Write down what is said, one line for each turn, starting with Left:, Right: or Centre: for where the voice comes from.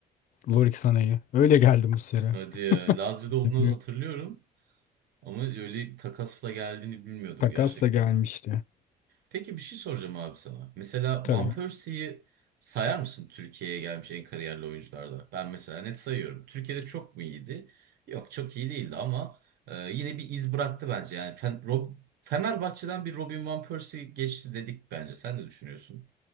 Left: Lorik Sanay'ı. Öyle geldi Muslera.
Right: Hadi ya. Lazio'da olduğunu
Left: Tekrar
Right: hatırlıyorum. Ama öyle takasla geldiğini bilmiyordum
Left: Takasla
Right: gerçekten.
Left: gelmişti.
Right: Peki bir şey soracağım abi sana. Mesela
Left: Tabii.
Right: Van Persie'yi sayar mısın Türkiye'ye gelmiş en kariyerli oyuncularda? Ben mesela net sayıyorum. Türkiye'de çok mu iyiydi? Yok çok iyi değildi ama e, yine bir iz bıraktı bence. Yani Fen- Rob- Fenerbahçe'den bir Robin Van Persie geçti dedik bence. Sen ne düşünüyorsun?